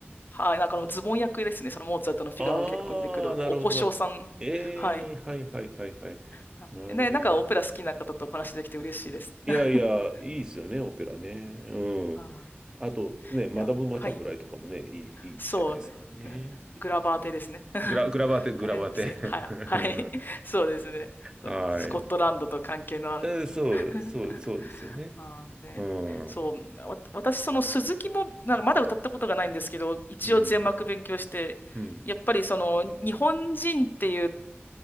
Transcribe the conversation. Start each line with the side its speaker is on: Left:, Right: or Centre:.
Left: はい、なんかあのズボン役ですね、そのモーツァルトのフィガロの結婚に出てくるお小姓さん。
Right: ああー、なるほど、なるほど。ええはいはいはいはい。
Left: はい。はね、
Right: なるほど、
Left: なんかオペラ好きな方とお話できて嬉しいです。
Right: なるほど。いやいや、
Left: <laughs>
Right: いいですよね、オペラね。うん。
Left: あ
Right: あとね、マダム・
Left: ー、いや、
Right: バタフライとかもね、
Left: はい。
Right: いい、いいじゃないですかね。
Left: そうね、<laughs> グラバーテですね。
Right: グラ、
Left: <laughs>
Right: グラバーテ、グラバーテ。
Left: はい、ですね。
Right: <laughs>
Left: はい、はい。そうですね。そのスコットランドと関係のある。
Right: はい。えーそう、
Left: <laughs>
Right: そう、そうですよね。
Left: ああ、で、
Right: うん。
Left: そう、わ、私、その鈴木も、なんかまだ歌ったことがないんですけど、一応全幕勉強して、
Right: うん。うん。
Left: やっぱりその、日本人っていう